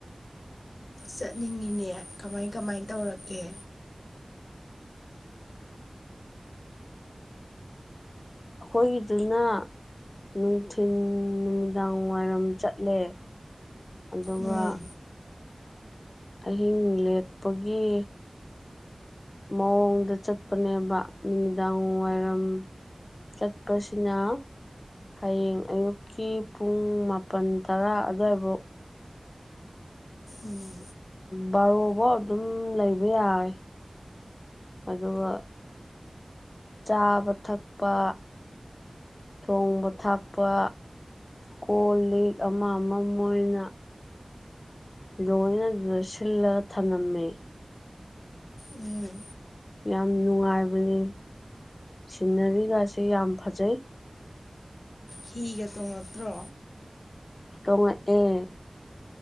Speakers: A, on the left (about 75°); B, on the left (about 55°).
A: ꯆꯠꯅꯤꯡꯉꯤꯅꯦ ꯀꯃꯥꯏ ꯀꯃꯥꯏ ꯇꯧꯔꯀꯦ
B: ꯑꯩꯈꯣꯏꯒꯤꯗꯨꯅ ꯅꯨꯡꯊꯤꯤꯟ ꯅꯨꯃꯤꯗꯥꯡ ꯋꯥꯏꯔꯝ ꯆꯠꯂꯦ ꯑꯗꯨꯒ
A: ꯎꯝ
B: ꯑꯍꯤꯡ ꯂꯦꯛꯄꯒꯤ ꯃꯑꯣꯡꯗ ꯆꯠꯄꯅꯦꯕ ꯅꯨꯃꯤꯗꯥꯡ ꯋꯥꯏꯔꯝ ꯆꯠꯄꯁꯤꯅ ꯍꯌꯦꯡ ꯑꯌꯨꯛꯀꯤ ꯄꯨꯡ ꯃꯥꯄꯜ ꯇꯔꯥ ꯑꯗꯨꯋꯥꯏꯐꯥꯎ
A: ꯎꯝ
B: ꯕꯥꯔꯣꯐ ꯑꯗꯨꯝ ꯂꯩꯕ ꯌꯥꯔꯦ ꯑꯗꯨꯒ ꯆꯥꯕ ꯊꯛꯄ ꯊꯣꯡꯕ ꯊꯥꯛꯄ ꯀꯣꯜ ꯂꯤꯛ ꯑꯃ ꯑꯃꯣꯏꯅ ꯂꯣꯏꯅ ꯑꯗꯨꯗ ꯁꯤꯜꯂꯒ ꯊꯝꯂꯝꯃꯦ
A: ꯎꯝ
B: ꯌꯥꯝ ꯅꯨꯡꯉꯥꯏꯕꯅꯦ ꯁꯤꯅꯔꯤꯒꯁꯤꯁꯦ ꯌꯥꯝ ꯐꯖꯩ
A: ꯍꯤꯒ ꯇꯣꯡꯉꯛꯇ꯭ꯔꯣ
B: ꯇꯣꯡꯉꯛꯑꯦ